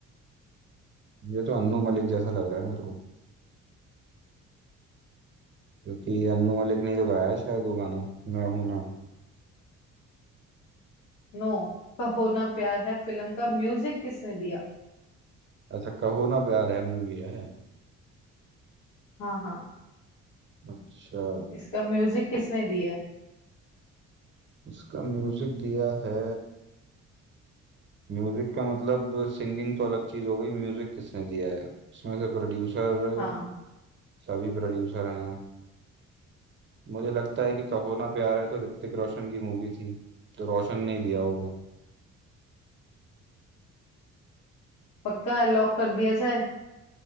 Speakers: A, on the right (about 40°); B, on the left (about 90°).
A: ये तो अन्नू मलिक जैसा लग रहा है मेरे को क्योंकि अन्नू मलिक ने ही तो गाया है शायद वो गाना मैं हूं ना
B: नो कहो ना प्यार है फिल्म का म्यूजिक किसने दिया
A: ऐसा कहो ना प्यार है मूवी है
B: हाँ हाँ
A: अच्छा
B: इसका म्यूजिक किसने दिया है
A: इसका म्यूजिक दिया है म्यूजिक का मतलब सिंगिंग तो अलग चीज हो गई म्यूजिक किसने दिया है इसमें से प्रोड्यूसर
B: हाँ
A: सभी प्रोड्यूसर हैं मुझे लगता है कि कहो ना प्यार है तो ऋतिक रोशन की मूवी थी तो रोशन नहीं दिया होगा
B: पक्का लॉक कर दिया जाए